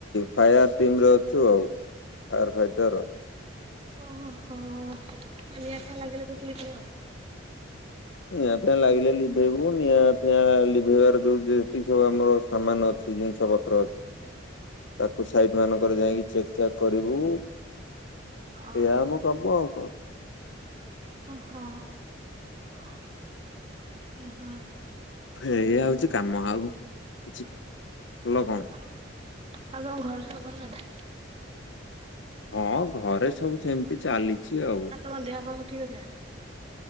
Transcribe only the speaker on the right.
ଓ ହୋ ପନି ଆ ଠନଆ ଲାଗିଲେ କଥିଲି ଆଉ
ଓ ଓ
ହୋ ହ ହଁ
ଆଉ ତମ ଘର ସବୁ ଭଲ ନା?
ତମ ଦେହ ପା ସବୁ ଠିକ୍ ଅଛି ନା?